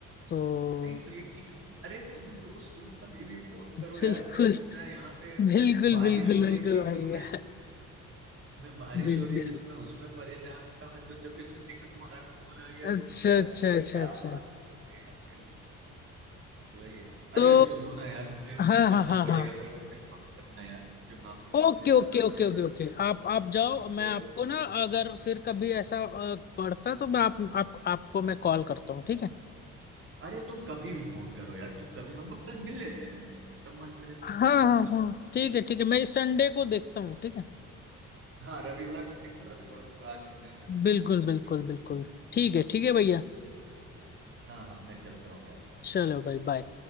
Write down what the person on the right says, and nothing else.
नहीं तो ये ठीक है तुम अरे तुम दोस्त तुम कभी भी फोन
करो यार मेरे को मैं यहाँ पे
बारिश
हो
रही थी
तो मैं मैं बारिश
हो रही थी तो मैं उसमें परेशान था मैं सोचा फिर मैं देखा तुम्हारा फोन आ गया
तो मैं बोला
अरे क्या
बात कैसे याद कर तो वही है
अरे सुनो ना यार मुझे
जाना
पड़ेगा थोड़ा मुझे माफ करना यार मुझे माफ करना
मुझे
जाना
पड़ेगा
अ,
अरे तुम कभी भी फोन करो यार तुम कभी हम लोग कल मिल लेते हैं तुमको जब मन करे
तुम मिल लो
मुझसे
ठीक
है
हाँ रविवार को देखो रविवार को मिल सकते
हैं हम लोग
ठीक है
हाँ हाँ मैं चलता हूँ यार